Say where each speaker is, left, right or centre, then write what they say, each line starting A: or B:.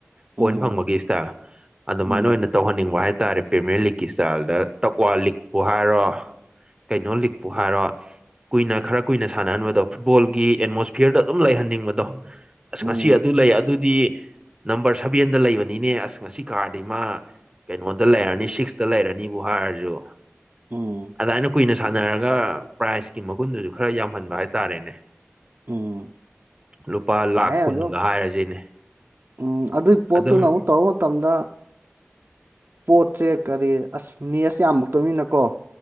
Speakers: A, on the right; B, on the right.
A: ꯄꯣꯏꯟ
B: ꯎꯝ
A: ꯐꯪꯕꯒꯤꯁꯤꯇ ꯑꯗꯨꯃꯥꯏꯅ
B: ꯎꯝ
A: ꯑꯣꯏꯅ ꯇꯧꯍꯟꯅꯤꯡꯕ ꯍꯥꯏꯇꯥꯔꯦ ꯄ꯭ꯔꯦꯃꯤꯌꯔ ꯂꯤꯛꯀꯤ ꯏꯁꯇꯥꯏꯜꯗ ꯇꯛꯋꯥ ꯂꯤꯛꯄꯨ ꯍꯥꯏꯔꯣ ꯀꯩꯅꯣ ꯂꯤꯛꯄꯨ ꯍꯥꯏꯔꯣ ꯀꯨꯏꯅ
B: ꯎꯝ
A: ꯈꯔ ꯀꯨꯏꯅ ꯁꯥꯟꯅꯍꯟꯕꯗꯣ ꯐꯨꯠꯕꯣꯜꯒꯤ ꯑꯦꯠꯃꯣꯁꯐꯤꯌꯔꯗꯣ ꯑꯗꯨꯝ ꯂꯩꯍꯟꯅꯤꯡꯕꯗꯣ ꯑꯁ
B: ꯎꯝ
A: ꯉꯁꯤ ꯑꯗꯨ ꯂꯩ ꯑꯗꯨꯗꯤ ꯅꯝꯕꯔ ꯁꯚꯦꯟꯗ ꯂꯩꯕꯅꯤꯅꯦ ꯑꯁ ꯉꯁꯤ ꯀꯥꯔꯗꯤ ꯃꯥ ꯀꯩꯅꯣꯗ ꯂꯩꯔꯅꯤ ꯁꯤꯛꯁꯇ ꯂꯩꯔꯅꯤꯕꯨ ꯍꯥꯏꯔꯁꯨ
B: ꯎꯝ
A: ꯑꯗꯨꯃꯥꯏꯅ ꯀꯨꯏꯅ ꯁꯥꯟꯅꯔꯒ ꯄ꯭ꯔꯥꯏꯖꯀꯤ ꯃꯒꯨꯟꯗꯨꯁꯨ ꯈꯔ ꯌꯥꯝꯍꯟꯕ ꯍꯥꯏꯇꯥꯔꯦꯅꯦ
B: ꯎꯝ
A: ꯂꯨꯄꯥ ꯂꯥꯛꯈ
B: ꯌꯥꯏ
A: ꯀꯨꯟꯒ
B: ꯑꯗꯨꯝ
A: ꯍꯥꯏꯔꯁꯤꯅꯦ
B: ꯎꯝ ꯑꯗꯨꯏ ꯄꯣꯠꯇꯨꯅ
A: ꯑꯗꯨꯝ
B: ꯑꯃꯨꯛ ꯇꯧꯔꯨ ꯃꯇꯝꯗ ꯄꯣꯠꯁꯦ ꯀꯔꯤ ꯑꯁ ꯃꯦꯁ ꯌꯥꯝꯃꯛꯇꯣꯏꯅꯤꯅꯀꯣ